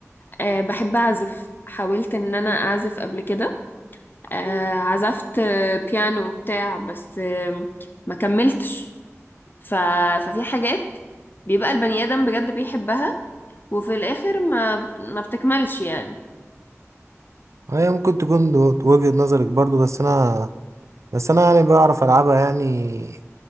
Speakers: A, on the left; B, on the right.
A: أه بحب اعزف حاولت ان انا اعزف قبل كده أه عزفت آه، بيانو وبتاع بس آه، ما كملتش ف... ففي حاجات بيبقى البني ادم بجد بيحبها وفي الاخر ما ما بتكملش يعني
B: هي ممكن تكون دو- وجهة نظرك برضو بس أنا بس أنا يعني بعرف ألعبها يعني